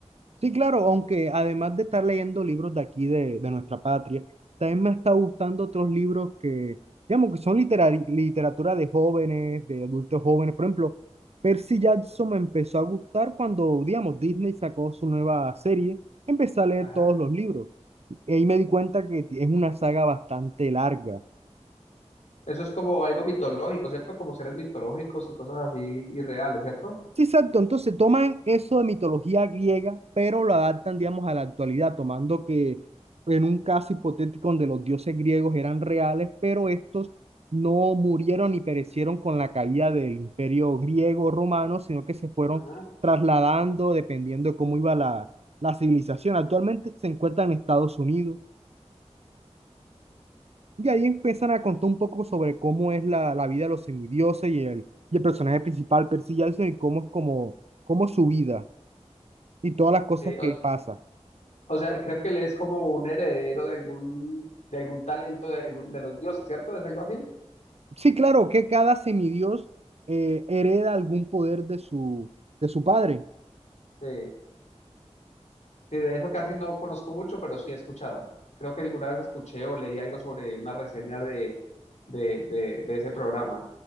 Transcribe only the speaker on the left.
Ajá.
Eso es como algo mitológico, ¿cierto? Como seres mitológicos y cosas así irreales, ¿cierto?
Ajá.
Sí, o,
o sea, creo que él es como un heredero de algún, de algún talento de, algún, de los dioses, ¿cierto? ¿Es algo así?
Sí. Sí, de eso casi no conozco mucho, pero sí he escuchado. Creo que alguna vez escuché o leí algo sobre una reseña de, de, de, de ese programa,